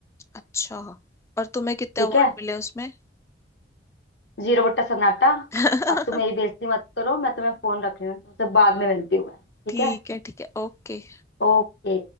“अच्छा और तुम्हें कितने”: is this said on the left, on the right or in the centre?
Left